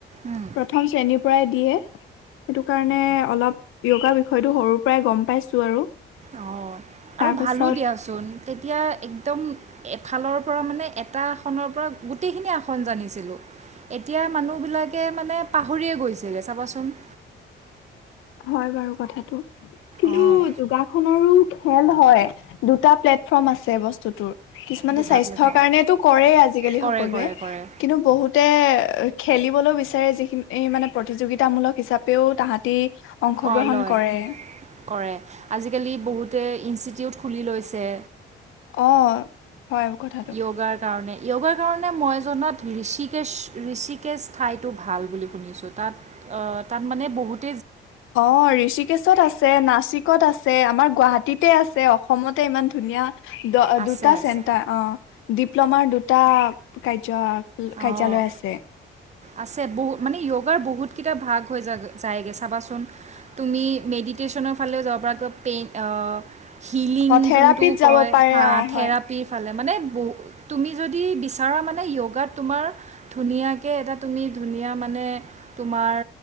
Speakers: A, on the right; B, on the left.
A: উম,
B: প্ৰথম শ্ৰেণীৰ পৰাই দিয়ে সেইটো কাৰণে অলপ য়োগা বিষয়টো সৰুৰ পৰাই গম পাইছো আৰু
A: অ
B: তাৰপাছত
A: আৰু ভালো দিয়াচোন তেতিয়া একদম এফালৰ পৰা মানে এটা আসনৰ পৰা গোটেইখিনি আসন জানিছিলোঁ এতিয়া মানুহবিলাকে মানে পাহৰিয়ে গৈছিলে চাবাচোন
B: হয় বাৰু কথাটো কিন্তু
A: অঁ
B: যোগাসনৰো খেল হয় দুটা প্লেটফৰ্ম আছে বস্তুতোৰ কিছুমানে
A: দুটা
B: স্বাস্থ্যৰ
A: প্লেট অঁ
B: কাৰণেটো‌ কৰেই আজিকালি
A: কৰে
B: সকলোৱে
A: কৰে কৰে
B: কিন্তু বহুতে খেলিবলৈ বিচাৰে যিখিনি এই মানে প্ৰতিযোগিতামূলক হিচাপেও তাহাঁতি অংশগ্ৰহণ
A: অ লয়
B: কৰে
A: কৰে আজিকালি বহুতে ইষ্টি- টিউত খুলি লৈছে
B: অ হয় কথাটো
A: য়োগাৰ কাৰণে য়োগাৰ কাৰণে মই জনাত ঋষিকেশ ঋষিকেশ ঠাইতটো ভাল বুলি শুনিছোঁ তাত তাত মানে বহুত
B: অ ঋষিকেশত আছে নাচিকত আছে আমাৰ গুৱাহাটীতে আছে অসমতে ইমান ধুনীয়া দ
A: আছে
B: দুটা
A: আছে
B: চেণ্টাৰ অ ডিপ্ল'মাৰ দুটা কাৰ্য কাৰ্যালয়
A: অঁ
B: আছে
A: আছে মানে উঅগাৰ বহুতকেইটা ভাগ হৈ যায়গ চাবাচোন তুমি মেডিটেশনৰ ফালে যাব পৰা পেই হিলিং
B: অ থেৰাপিত
A: যোনটো
B: যাব
A: কয়
B: পাৰে
A: হ
B: অ
A: থেৰাপিৰ
B: হয়
A: ফালে মানে ব তুমি যদি বিচাৰা মানে য়োগাত তোমাৰ ধুনীয়াকে এটা তুমি ধুনীয়া মানে তোমাৰ